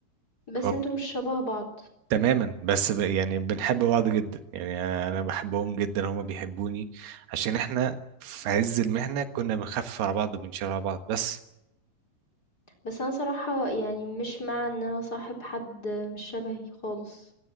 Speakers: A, on the left (about 25°); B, on the right (about 80°).
A: بس
B: فهم-
A: انتوا مش شبه بعض
B: تماما بس ب... يعني بنحب بعض جدا يعني انا بحبهم جدا هما بيحبوني عشان احنا في عز المحنة كنا بنخفف على بعض وبنشيل على بعض بس
A: بس انا صراحة يعني مش مع ان انا صاحب حد مش شبهي خالص